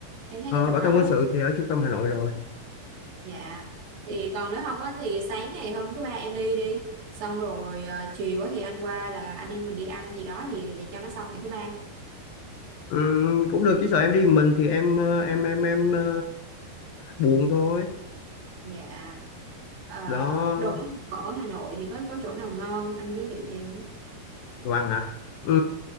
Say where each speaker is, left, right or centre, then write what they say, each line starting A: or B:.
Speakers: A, on the right; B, on the left.
A: em thấy
B: Ờ,
A: cái chỗ
B: Bảo
A: đó
B: tàng quân
A: đúng
B: sự thì ở trung tâm Hà Nội rồi.
A: dạ thì còn nếu không á thì sáng ngày hôm thứ ba em đi đi xong rồi ờ, chiều á thì anh qua là anh em mình đi ăn gì đó thì để cho nó xong ngày thứ ba
B: Ừ, cũng được chỉ sợ em đi mình thì em ờ, em em em ờ, buồn thôi.
A: dạ Ờ,
B: Đó,
A: đồ ăn ở Hà Nội thì có có chỗ nào ngon anh giới thiệu cho em không?
B: đồ ăn hả? Ừ,